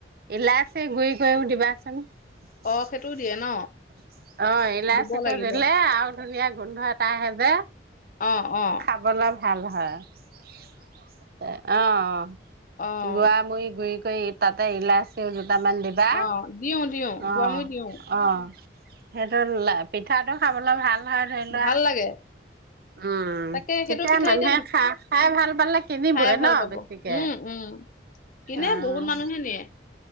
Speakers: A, on the right; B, on the left.
A: ইলাচি গুৰি কৰিও দিবাচোন অহ
B: অ', সেইটোও দিয়ে ন?
A: ', ইলাচীটো
B: দিব লাগিব।
A: দিলে আৰু ধুনীয়া গোন্ধ এটা আহে যে।
B: অহ ',- অহ ',
A: খাবলৈ ভাল হয়ে অহ ',- অহ',
B: অ',
A: গোৱামৰি গুৰি তাতে এলাইচি টামান দিবা
B: অ', দিওঁ দিওঁ
A: অহ',
B: গোৱামুৰি দিওঁ।
A: - অহ', হেল পিঠাটো খাবলে ভাল হয় ধৰি লোৱা
B: ভাল লাগে,
A: উম',
B: তাকে
A: তেতিয়া
B: সেইটো পিঠা
A: মানুহে
B: এতিয়া বি-
A: খা খাই ভাল পালে। কিনিবই
B: খাই ভাল
A: ন
B: পাব
A: বেছিকে।
B: উম', - উম', কিনে
A: অ',
B: বহুত মানুহে নিয়ে।